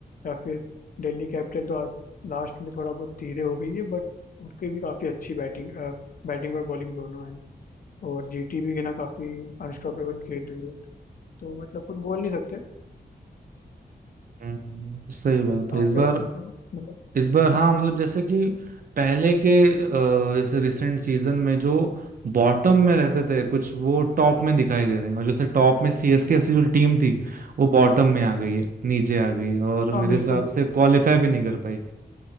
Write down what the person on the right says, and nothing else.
हम्म, सही बात है
इस
बार
इस बार हाँ
मतलब जैसे कि पहले के अ, जैसे रिसेंट सीजन में जो बॉटम में रहते थे कुछ वो टॉप में दिखाई दे रहे हैं और जैसे टॉप में सीएसके ऐसी जो टीम थी वो बॉटम में आ गई है नीचे आ गई है और मेरे
हिसाब से क्वालिफाई भी नहीं कर पाई